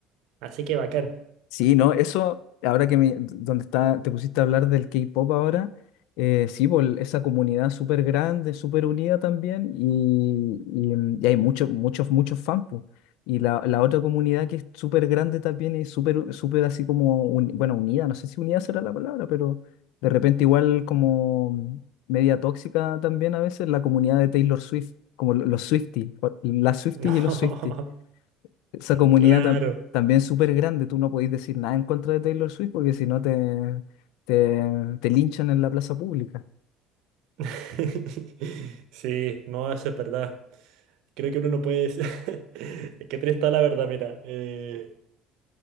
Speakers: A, on the right (about 70°); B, on the left (about 80°).
A: así que bacán. <laughs>
B: Sí, no, eso, ahora que me, donde está, te pusiste a hablar del K-pop ahora, eh, sí, po, el- esa comunidad súper grande, súper unida también, y, y, mm, y hay muchos, muchos, muchos fans, po. Y la, la otra comunidad que es súper grande también y súper, súper así como, uni- bueno, unida, no sé si unida será la palabra, pero de repente igual como media tóxica también a veces, la comunidad de Taylor Swift, como lo- los Swifties, o- las Swifties
A: No,
B: y los Swifties. Esa comunidad
A: claro.
B: tam- también es súper grande, tú no podés decir nada en contra de Taylor Swift porque si no te, te, te linchan en la plaza pública.
A: <laughs> Sí, no, eso es verdad. Creo que uno no puede decir. <laughs> Es que triste está la verdad, mira. eh,